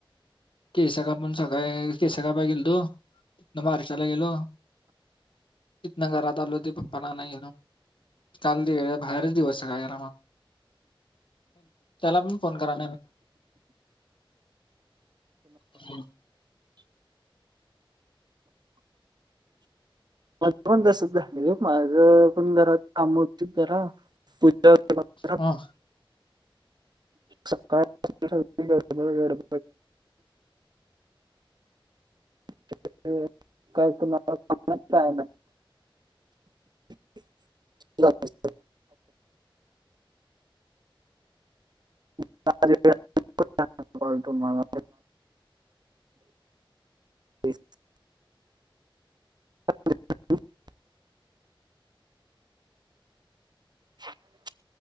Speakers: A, on the left (about 65°); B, on the right (about 50°).
A: केस कापून सकाळी, केस कापायला गेलतो, तिथंन बारशाला गेलो. तिथंन घरात आलो. ती पप्पांना आणायला गेलो, काल बाहेरच दिवस सगळा गेला मा त्याला पण फोन करा <unintelligible>
B: माझं पण तसंच झालय, माझं पण घरात काम होती जरा. <unintelligible>
A: हा
B: सकाळ <unintelligible> गडबड <unintelligible> <unintelligible> <unintelligible> तेच. ह <inaudible> ह <inaudible>